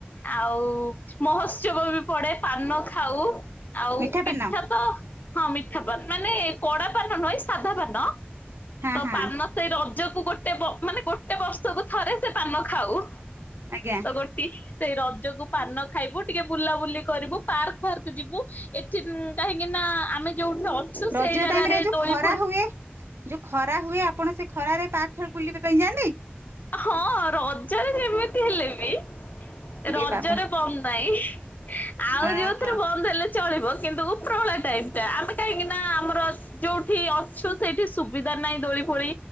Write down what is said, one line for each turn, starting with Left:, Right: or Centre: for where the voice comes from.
Left: ଆଉ ମହୋତ୍ସବ ବି ପଡେ ପାନ ଖାଉ। ଆଉ
Right: ମିଠା
Left: ପିଠା
Right: ପାନ
Left: ତ ହଁ ମିଠା ପାନ ମାନେ କଡାପାନ ନୁହେଁ ସାଧା ପାନ।
Right: ହଁା
Left: ତ
Right: ହଁା
Left: ପାନ ସେଇ ରଜକୁ ଗୋଟେ ମାନେ ଗୋଟେ ବର୍ଷକୁ ଥରେ ସେ ପାନ ଖାଉ।
Right: ଆଜ୍ଞା
Left: ତ ଗୋଟି ସେଇ ରଜକୁ ପାନ ଖାଇବୁ ଟିକେ ବୁଲାବୁଲି କରିବୁ ପାର୍କ ଫାର୍କ ଯିବୁ ଏଠି କାହିଁକି ନା ଆମେ ଯୋଉଠ ଅଛୁ
Right: ରଜ
Left: ସେଇ ଜାଗାରେ
Right: ଟାଇମ ରେ ଯୋଉ
Left: ଦୋଳି
Right: ଖରା
Left: ଫୁଣି
Right: ହୁଏ। ଯୋଉ ଖରା ହୁଏ ଆପଣ ସେ ଖରାରେ ପାଖରେ ବୁଲିବା ପାଇଁ ଯାଆନ୍ତି।
Left: ହଁ ରଜରେ ଯେମିତି ହେଲେ ବି
Right: ଇରେ
Left: ରଜରେ
Right: ବାବା
Left: ବନ୍ଦ ନାଇଁ। ଆଉ
Right: ଅହୋ
Left: ଯୋଉଥିରେ ବନ୍ଦ ହେଲେ ଚଳିବ କିନ୍ତୁ ଉପରଳା ଟାଇମ ଟା ଆମେ କାହିଁକି ନା ଆମର ଯୋଉଠି ଅଛୁ ସେଇଠି ସୁବିଧା ନାହିଁ ଦୋଳି ଫୋଳି